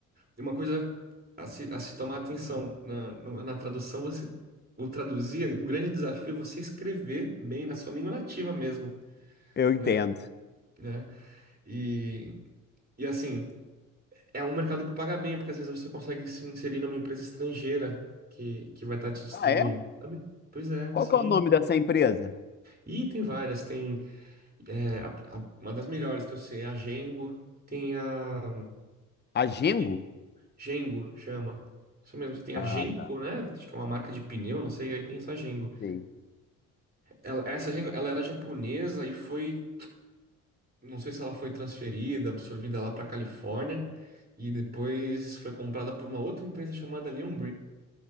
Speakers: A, on the right; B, on the left.
A: E uma coisa a se, a se tomar atenção na, no- na tradução, você o traduzir, o grande desafio é você escrever bem na sua língua nativa mesmo,
B: Eu entendo.
A: né? Né? E, e assim. É um mercado que paga bem, porque às vezes você consegue se inserir numa empresa estrangeira que, que vai estar te distribuindo,
B: Ah, é?
A: sabe? Pois é,
B: Qual
A: sim.
B: que é o nome dessa empresa?
A: E tem várias, tem é, a- a- uma das melhores que eu sei, é a Gengo, tem a
B: A Gengo?
A: E- Gengo chama. Isso mesmo, que tem a
B: Ah,
A: Genko,
B: tá.
A: né? Acho que é uma marca de pneu, não sei, aí tem essa Gengo.
B: Sei.
A: Ela- essa Gengo, ela era japonesa e foi, não sei se ela foi transferida, absorvida lá para Califórnia e depois foi comprada por uma outra empresa chamada Leon